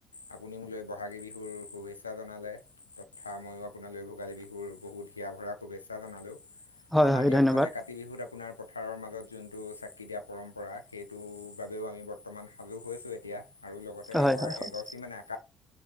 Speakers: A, on the left; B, in the centre.
A: আপুনি মোলৈ বহাগী বিহুৰ শুভেচ্ছা জনালেঁ। কথা ময়ো আপোনালৈ ভোগালী বিহুৰ বহুত হিয়া ভৰা শুভেচ্ছা জনালোঁ।
B: হয়
A: আমাৰ
B: হয়
A: ইয়াত
B: ধন্যবাদ।
A: মানে কাতি বিহুত আপোনাৰ পথাৰৰ মাজত যোনটো চাকি দিয়া পৰম্পৰা সেইটোৰ বাবেও আমি বৰ্তমান সাজু হৈছোঁ এতিয়া। আৰু লগতে
B: হয়
A: এ
B: হয় হয়
A: এগছি মানে আকাশ